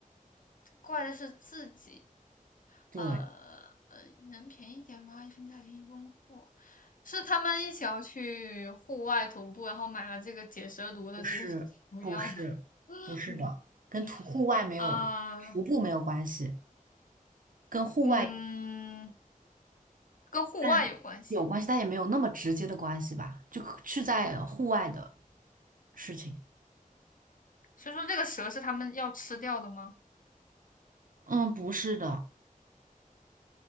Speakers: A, on the left; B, on the right.
A: 怪的是自己。
B: 对。
A: 呃呃，能便宜一点吗？一分价钱一分货，是他们一起要去户外徒步，然后买了这个解蛇毒的这个毒药吗？
B: 不是，不是，不是的，
A: 嗯，
B: 跟徒户外没有，
A: <laughs> 啊、
B: 徒步没有关系，跟户外
A: 嗯，跟户外有关系。
B: 但有关系，但也没有那么直接的关系吧，就可是在户外的事情。
A: 所以说，这个蛇是他们要吃掉的吗？
B: 嗯，不是的，